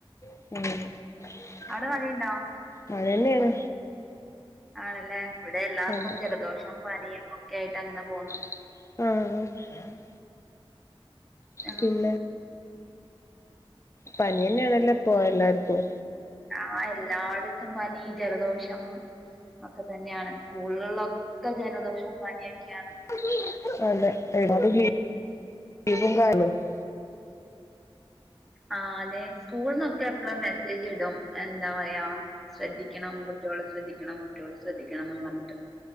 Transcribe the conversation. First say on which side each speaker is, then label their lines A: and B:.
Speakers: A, on the left; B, in the centre.
A: <unintelligible>
B: അവിടെ മഴയണ്ടോ
A: മഴ തന്നെയാണ്
B: ആണല്ലേ ഇവിടെ എല്ലാവർക്കും
A: അതെ
B: ജലദോഷം പനിയും ഒക്കെ ആയിട്ട് അങ്ങനെ പോകന്നുന്നു
A: ആ
B: ആഹ്
A: പിന്നെ പനി തന്നെയാണല്ലോ ഇപ്പോ എല്ലാർക്കും
B: ആ എല്ലായിടത്തും പനി ജലദോഷം ഒക്കെ തന്നെയാണ് സ്കൂളിലൊക്കെ ജനദോഷം പനിയൊക്കെയാണ്
A: <unintelligible>
B: ആ അതെ സ്കൂളന്നൊക്കെ എപ്പഴും മെസ്സേജ് ഇടും എന്താ പറയാ ശ്രദ്ധിക്കണം കുട്ടികെ ശ്രദ്ധിക്കണം കുട്ടികൾ ശ്രദ്ധിക്കണംന്ന് പറഞ്ഞിട്ട്